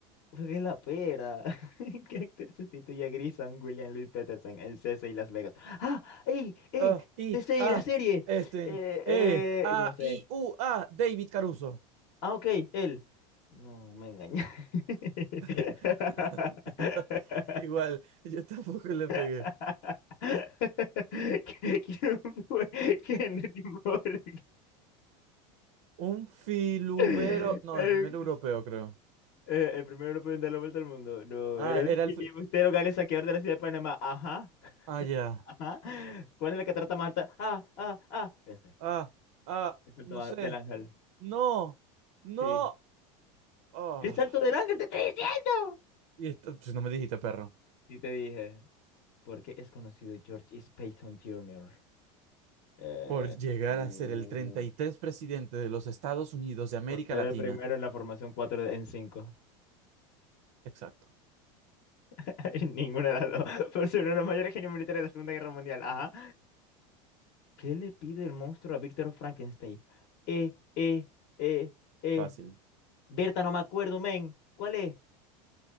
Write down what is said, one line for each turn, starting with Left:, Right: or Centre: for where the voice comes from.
Left: ¿Por qué la pera. <laughs> ¿Qué actor sustituye a Grison William Louis Peterson en CC y Las Vegas? ¡Ah! ¡Ey! ¡Ey!
Right: Ah, I,
Left: CC
Right: A,
Left: y la serie.
Right: Esten,
Left: Eh,
Right: E, A,
Left: eh, no sé.
Right: I, U, A, David Caruso.
Left: Ah, ok, él. No, me engañé. <laughs>
Right: <laughs> Igual, yo tampoco le
Left: <laughs>
Right: pegué.
Left: ¿Qué- ¿Quién fue Henry Morgan?
Right: Un filubero.
Left: El,
Right: No,
Left: eh,
Right: el primer europeo, creo.
Left: el primer europeo en dar la vuelta al mundo. No,
Right: Ah,
Left: era el
Right: era
Left: filibustero
Right: el. fi-
Left: gales saqueador de la ciudad de Panamá. Ajá,
Right: Ah, ya.
Left: ajá. ¿Cuál es la catarata más alta? Ah, ah, ah. Este.
Right: Ah, ah,
Left: El salto
Right: no
Left: a-
Right: sé.
Left: del ángel.
Right: No, no.
Left: Sí.
Right: ah.
Left: ¡El salto del ángel! ¡Te estoy diciendo!
Right: Y esto, pues, no me dijiste, perro.
Left: Sí, te dije. porque es conocido George S. Payton Jr.? Eh,
Right: Por llegar
Left: eh,
Right: a ser el treinta y tres presidente de los Estados Unidos de América
Left: por ser
Right: Latina.
Left: el primero en la formación 4 en cinco
Right: Exacto.
Left: <laughs> Ninguna de las dos. <laughs> Por ser uno de los mayores genios militares de la Segunda Guerra Mundial. Ajá. ¿Qué le pide el monstruo a Víctor Frankenstein? Eh, eh, eh, eh.
Right: Fácil.
Left: Berta, no me acuerdo, men. ¿Cuál es?